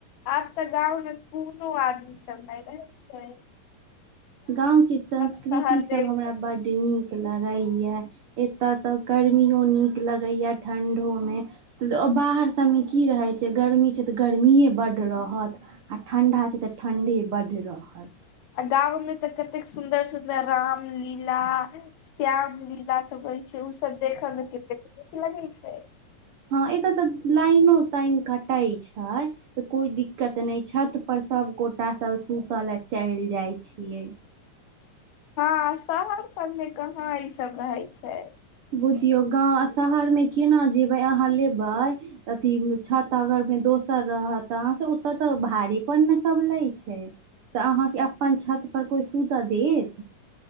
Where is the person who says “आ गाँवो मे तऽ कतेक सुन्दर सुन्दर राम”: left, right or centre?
Left